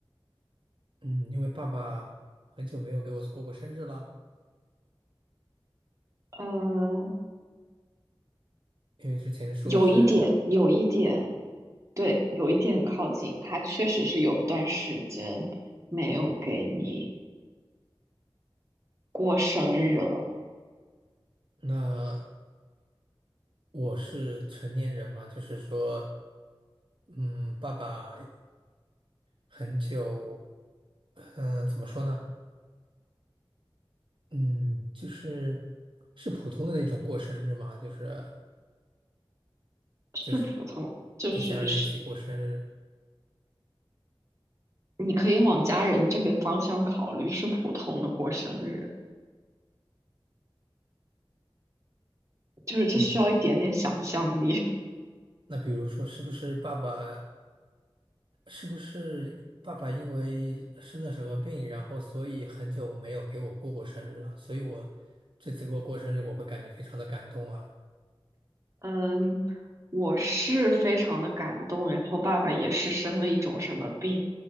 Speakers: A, on the right; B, on the right.
A: 嗯，因为爸爸很久没有给我过过生日了，
B: 嗯。
A: 因为之前说是，
B: 有一点，有一点，对，有一点靠近。他确实是有段时间没有给你过生日了，
A: 那我是成年人嘛，就是说，嗯，爸爸很久，嗯、怎么说呢？嗯，就是是普通的那种过生日吗？就是
B: 是普通，
A: 就是
B: 就是是，
A: 一家人一起过生日。
B: 你可以往家人这个方向考虑，是普通的过生日，就是这需要一点点想象力。
A: 嗯，那比如说，是不是爸爸，是不是爸爸因为生了什么病，然后所以很久没有给我过过生日了，所以我这次给我过生日，我会感觉非常的感动啊。
B: <laughs> 嗯，我是非常的感动，然后爸爸也是生了一种什么病，